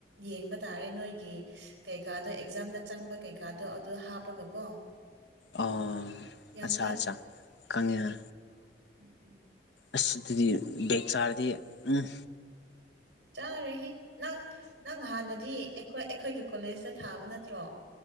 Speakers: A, on the right; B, on the left.
A: ꯌꯦꯡꯕ ꯇꯥꯔꯦ ꯅꯣꯏꯒꯤ ꯀꯩꯀꯥꯗꯣ ꯑꯦꯛꯖꯥꯝꯗ ꯆꯪꯕ ꯀꯩꯀꯥꯗꯣ ꯑꯗꯨ ꯍꯥꯞꯄꯒ ꯀꯣ
B: ꯑꯣ
A: ꯌꯥꯝ
B: ꯑꯠꯆꯥ ꯑꯠꯆꯥꯆꯥ ꯈꯪꯉꯦꯅ
A: ꯎꯝꯝ
B: ꯑꯁ ꯑꯗꯨꯗꯤ ꯕꯦꯛ ꯆꯥꯔꯗꯤ ꯎꯝ
A: ꯆꯥꯔꯣꯏꯍꯦ ꯅꯪ ꯅꯪ ꯍꯥꯟꯅꯗꯤ ꯑꯩꯈꯣꯏ ꯑꯩꯈꯣꯏꯒꯤ ꯀꯣꯂꯦꯖꯇ ꯊꯥꯕ ꯅꯠꯇ꯭ꯔꯣ